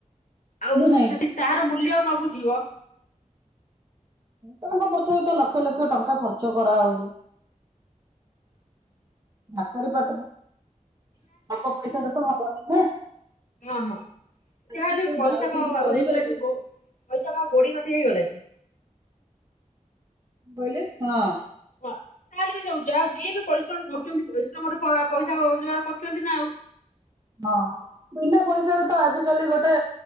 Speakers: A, on the left; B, on the right.
A: ଆଉ
B: ବୁ ନାହିଁ
A: ଯଦି ତାହାର ମୂଲ୍ୟ ନବୁ ଯିବ।
B: ତାଙ୍କ ପଛରେ ତ ଲକ୍ଷ ଲକ୍ଷ ଟଙ୍କା ଖର୍ଚ୍ଚ କରାହଉଚୁ। <inaudible> ଡାକ୍ତରୀ ଅଳ୍ପ ପଇସାାରେ ତ ହବନି ନା।
A: ହଁ, ହଁ। ଯାହେଲେ
B: ସେ ଯୋଉ
A: ବି ପଇସା
B: ଯାଉଛନ୍ତି
A: କଣ
B: ପଢିବାକୁ
A: ଆଉ ହେଇଗଲା କି ଗୋ ପଇସା କଣ ଗୋଡି ମାଟି ହେଇଗଲା କି।
B: ବୋଇଲେ ହଁ।
A: ଅଁ, ତାହେଲେ ବି ସବୁ ଯାହା ଯିଏ ବି ପରିଶ୍ରମ କରୁଚନ୍ତି ପରିଶ୍ରମ ର ପଳା ପଇସା କ ରୋଜଗାର କରୁଚନ୍ତି ନା ଆଉ।
B: ହଁ ବିନା ପଇସାାରେ ତ ଆଜିିକାଲି ଗୋଟେ